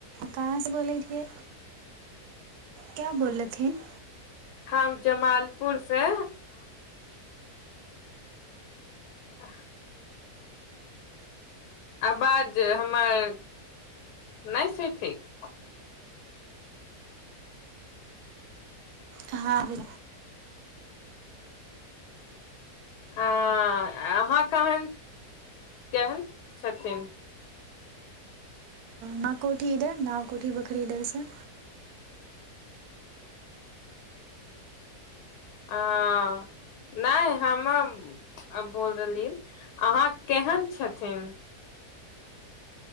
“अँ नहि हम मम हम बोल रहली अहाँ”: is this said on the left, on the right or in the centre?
Left